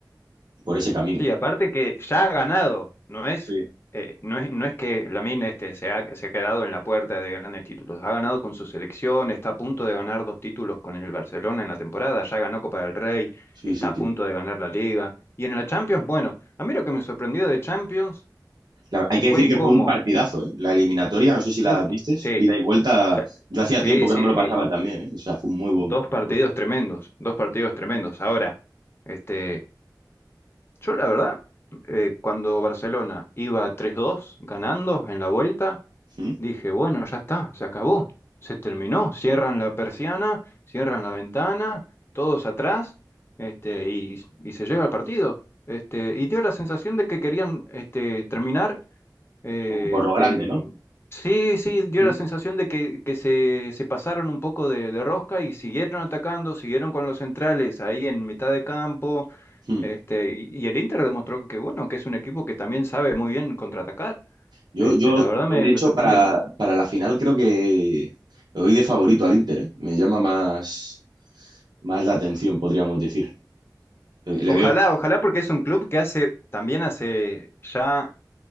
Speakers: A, on the right (about 80°); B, on the left (about 35°).
A: por ese camino.
B: Sí, aparte que ya ha ganado, no es,
A: Sí,
B: eh, no es, no es que Lamine este, se ha, se ha quedado en la puerta de grandes títulos, ha ganado con su selección, está a punto de ganar dos títulos con el Barcelona en la temporada, ya ganó Copa del Rey,
A: sí,
B: está
A: sí.
B: a
A: sí.
B: punto de ganar la Liga. Y en la Champions, bueno, a mí lo que me sorprendió de Champions
A: La- hay que decir
B: fue
A: que
B: como,
A: fue un partidazo, ¿eh? La eliminatoria, no sé si la
B: uff,
A: vistes,
B: sí,
A: ida y vuelta,
B: la-
A: yo hacía
B: sí,
A: tiempo
B: sí,
A: que no me lo
B: sí,
A: pasaba también, ¿eh? O sea, fue un muy buen...
B: dos
A: muy
B: partidos
A: bueno.
B: tremendos, dos partidos tremendos. Ahora, este... Yo la verdad, eh, cuando Barcelona iba tres dos ganando en la vuelta,
A: ¿Mm?
B: dije, bueno, ya está, se acabó, se terminó, cierran la persiana, cierran la ventana, todos atrás, este, y, y se lleva el partido. Este, y dio la sensación de que querían este, terminar eh,
A: Como por
B: este,
A: lo grande,
B: mm,
A: ¿no?
B: sí, sí, dio
A: Sí.
B: la sensación de que, que se, se pasaron un poco de, de rosca y siguieron atacando, siguieron con los centrales ahí en mitad de campo.
A: ¿Mm?
B: Este, y, y el Inter demostró que, bueno, que es un equipo que también sabe muy bien contraatacar.
A: Yo,
B: Este,
A: yo,
B: la verdad
A: yo,
B: me,
A: de
B: me
A: hecho,
B: sorprendió.
A: para, para la final creo que le doy de favorito al Inter, ¿eh? Me llama más, más la atención, podríamos decir. Le, le
B: Ojalá,
A: veo,
B: ojalá, porque es un club que hace, también hace ya